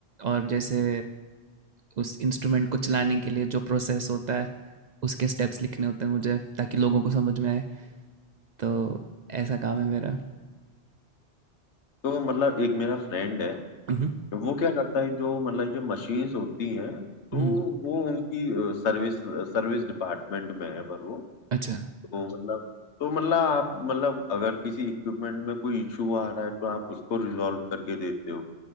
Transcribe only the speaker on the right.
और जैसे उस इंस्ट्रूमेंट को चलाने के लिए जो प्रोसेस होता है उसके स्टेप्स लिखने होते हैं मुझे ताकि लोगों को समझ में आए तो ऐसा काम है मेरा
हम्म
हम्म,
अच्छा